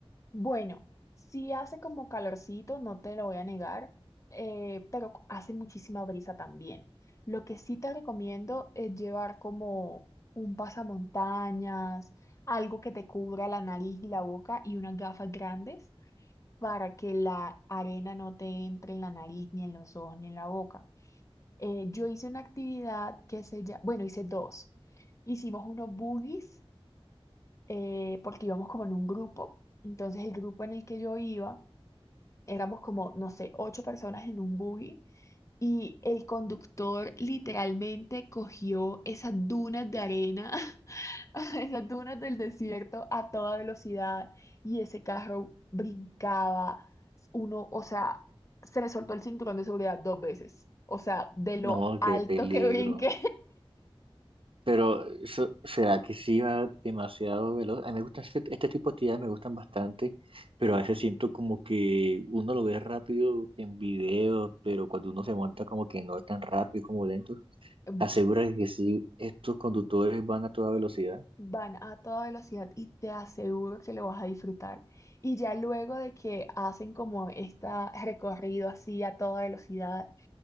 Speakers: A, on the left (about 30°); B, on the right (about 60°).
A: Bueno, sí hace como calorcito, no te lo voy a negar, eh, pero hace muchísima brisa también. Lo que sí te recomiendo es llevar como un pasamontañas, algo que te cubra la nariz y la boca y unas gafas grandes para que la arena no te entre en la nariz, ni en los ojos, ni en la boca. Eh, yo hice una actividad que se llama, bueno, hice dos. Hicimos unos boogies eh, porque íbamos como en un grupo. Entonces el grupo en el que yo iba, éramos como, no sé, ocho personas en un buggy y el conductor literalmente cogió esas dunas de arena <laughs> en las dunas del desierto a toda velocidad y ese carro brincaba. Uno, o sea, se me soltó el cinturón de seguridad dos veces. O sea, de lo
B: No,
A: alto
B: qué peligro.
A: que brinqué,
B: Pero, ¿so- ¿será que sí va demasiado veloz? A mí me gustan este, este tipo de actividades, me gustan bastante, pero a veces siento como que uno lo ve rápido en videos, pero cuando uno se monta como que no es tan rápido como lento,
A: <laughs>
B: asegura que sí, estos conductores van a toda velocidad.
A: van a toda velocidad y te aseguro que lo vas a disfrutar. Y ya luego de que hacen como este recorrido así a toda velocidad,